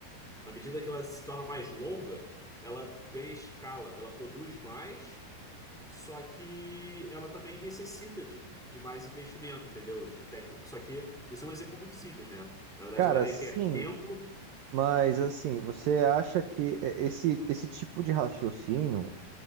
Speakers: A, in the centre; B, on the right.
A: Na medida que ela se torna mais longa, ela ganha escala, ela produz mais só que ela também necessita de, de mais investimento, entendeu? De tec... Só que isso é um exemplo muito simples, né? Na verdade,
B: Cara,
A: ela requer
B: sim,
A: tempo.
B: mas assim, você acha que é, esse, esse tipo de raciocínio.